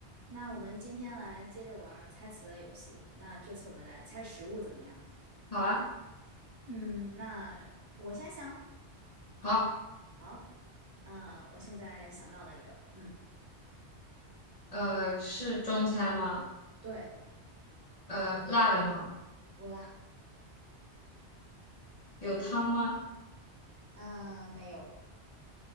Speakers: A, on the right (about 65°); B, on the left (about 45°).
A: 那我们今天来接着玩儿猜词的游戏。那这次我们来猜食物怎么样？
B: 好啊，
A: 嗯，那我先想。
B: 好，
A: 好，嗯、我现在想到了一个，嗯，
B: 呃，是中餐吗？
A: 对，
B: 呃，辣的吗？
A: 不辣，
B: 有汤吗？
A: 嗯、没有，